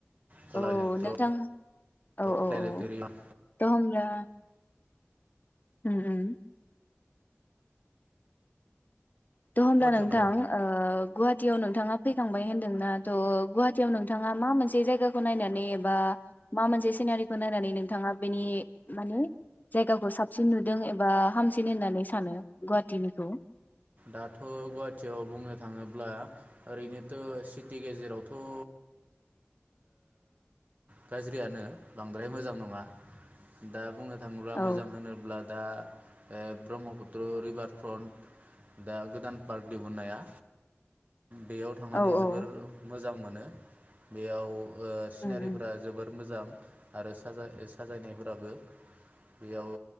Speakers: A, on the right; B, on the left.
A: कलाषेत्र
B: औ औ नोंथां औ औ
A: प्लेनेटरियाम
B: औ द' होमब्ला उम उम थ' होमब्ला
A: गुवाहाटियावनो
B: ओ नोंथां ओ गुवा गुवाहाटियाव नोंथाङा फैखांबाय होन्दोंना त गुवाहाटियाव नोंथाङा मा मोनसे जायगाखौ नायनानै एबा मा मोनसे सिनारिखौ नायनानै नोंथाङा बेनि माने जायगाखौ साबसिन नुदों एबा हामसिन होननानै सानो गुवाहाटिनिखौ
A: दाथ' गुवाहाटियाव बुंनो थाङोब्ला ओरैनोथ' सिटि गेजेरावथ' ओ गाज्रियानो बांद्राय मोजां नङा दा बुंनो थाङोब्ला
B: औ
A: मोजां होनोब्ला दा ओ ब्रह्मपुत्र रिभार फ्रन्ट दा गोदान पार्क दिहुनाया बेयाव थांनानै
B: औ
A: जोबोर
B: औ
A: मो मोजां मोनो बेयाव ओ सिनारिफोरा
B: उम उम
A: जोबोर मोज मोजां आरो साजाय-साजायनायफोराबो बेयाव